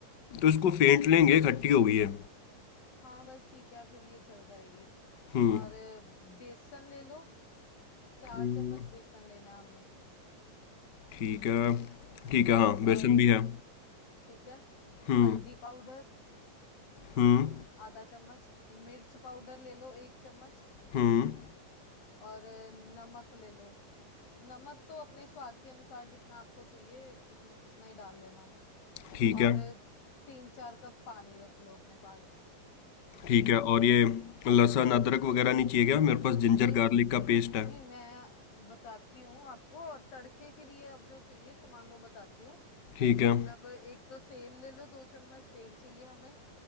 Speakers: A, on the left; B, on the left.
A: तो इसको फेंट लेंगे खट्टी हो गई है
B: हाँ बस ठीक है फिर ये चल जाएगी
A: हम्म
B: और अ, बेसन ले लो चार
A: हम्म,
B: चम्मच बेसन लेना है हमने
A: ठीक है ठीक है हाँ
B: और
A: बेसन
B: अ,
A: भी है
B: ठीक है
A: हम्म
B: हल्दी पाउडर
A: हम्म
B: आधा चम्मच मिर्च पाउडर ले लो एक चम्मच
A: हम्म
B: और अ, नमक ले लो नमक तो अपने स्वाद के अनुसार जितना आपको चाहिए उतने उतना ही डाल लेना
A: ठीक
B: और
A: है
B: अ, तीन चार कप पानी रख लो अपने पास
A: ठीक
B: ठीक
A: है
B: है
A: और ये लहसुन अदरक वगैरह नहीं चाहिए क्या मेरे पास जिंजर
B: ये
A: गार्लिक का पेस्ट
B: नहीं
A: है
B: मैं बताती हूँ आपको और तड़के के लिए अब जो चाहिए सामान वो बताती हूँ
A: ठीक है
B: मतलब एक तो तेल ले लो दो चम्मच तेल चाहिए हमें